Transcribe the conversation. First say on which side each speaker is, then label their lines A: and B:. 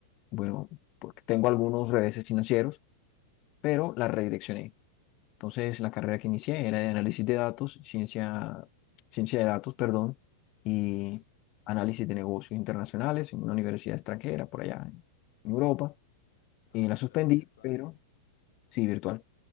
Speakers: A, on the left; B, on the left.
A: bueno, porque tengo algunos reveses financieros,
B: sí,
A: pero la redireccioné. Entonces,
B: ok,
A: la carrera que inicié era de análisis de datos, ciencia, ciencia de datos, perdón, y
B: sí.
A: análisis de negocios internacionales en una universidad extranjera, por allá en en Europa,
B: Ah,
A: y la
B: ¿o
A: suspendí,
B: ¿lo hacías virtual?
A: pero sí, virtual,